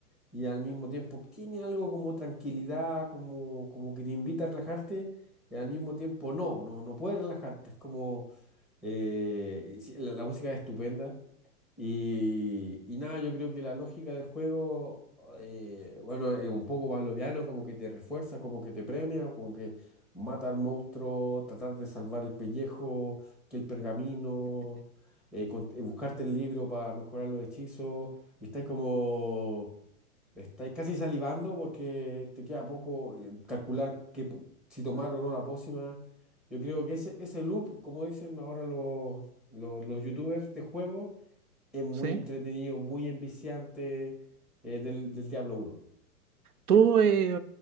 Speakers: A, in the centre; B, on the right (about 75°).
A: y al mismo tiempo tiene algo como tranquilidad, como, como que te invita a relajarte y al mismo tiempo no, no, no puedes relajarte, es como Eh, y sí, la, la música es estupenda. Y, y nada, yo creo que la lógica del juego, eh, bueno, es un poco pavloviano, como que te refuerza, como que te premia, como que matar monstruos, tratar de salvar el pellejo, que el pergamino, eh, con- eh, buscarte el libro para mejorar los hechizos. Y estás como Estáis casi salivando porque te queda poco eh, calcular qué, po- si tomar o no la pócima. Yo creo que ese, ese loop, como dicen ahora los, los, los youtubers de juego, es muy
B: ¿sí?
A: entretenido, muy enviciante eh, del, del Diablo uno
B: Tú, eh,